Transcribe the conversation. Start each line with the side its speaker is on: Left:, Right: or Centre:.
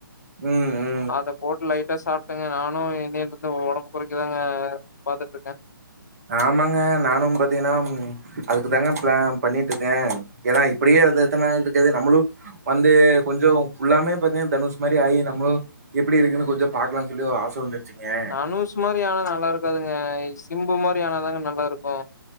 Right: ம் ம்
Left: அத போட்டு லைட்டா சாப்ட்டேங்க நானு இன்னில இருந்து ஒடம்பு கொறைக்கதாங்க பாத்துட்டுருக்கே
Right: ஆமாங்க நானு பாத்திங்னா அதுக்கு தாங்க பிளான் பண்ணிட்ருக்கே ஏனா இப்டியே அது எத்த நாள் இருக்கது நம்மளு வந்து கொஞ்சோ ஃபுல்லாமே பாத்தீங்கன்னா தனுஷ் மாரி ஆகி நம்மளு எப்டி இருக்குனு கொஞ்சோ பாக்லானு சொல்லி ஒரு ஆச வந்துருச்சுங்க
Left: தனுஷ் மாரி ஆனா நல்லாருக்காதுங்க சிம்பு மாரி ஆனாதாங்க நல்லாருக்கு